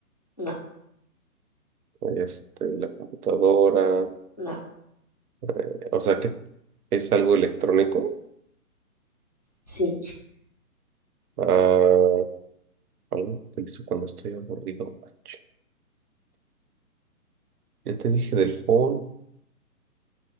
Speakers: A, on the left; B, on the right.
A: No,
B: este, la computadora.
A: no,
B: Eh, O sea que es algo electrónico.
A: sí,
B: Ah, algo que hizo cuando estoy aburrido. Ah, ch- Ya te dije del phone.